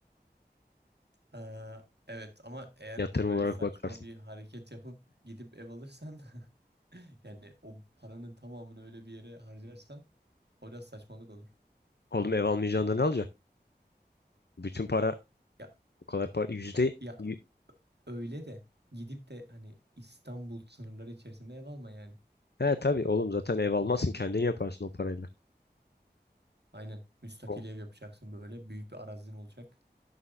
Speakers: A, on the right (about 70°); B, on the left (about 70°).
A: Ee, evet ama eğer
B: Yatırım
A: böyle
B: olarak
A: saçma
B: bakarsan.
A: bir hareket yapıp gidip ev alırsan <laughs> yani o paranın tamamını öyle bir yere harcarsan o biraz saçmalık olur.
B: Oğlum ev almayacağın da ne alacaksın? Bütün para
A: Ya
B: o kadar para. Yüzde...
A: Ya
B: yü-
A: öyle de gidip de hani İstanbul sınırları içerisinde ev alma yani.
B: He tabii oğlum zaten ev almazsın kendini yaparsın o parayla.
A: Aynen müstakil
B: O
A: ev yapacaksın böyle büyük bir arazin olacak.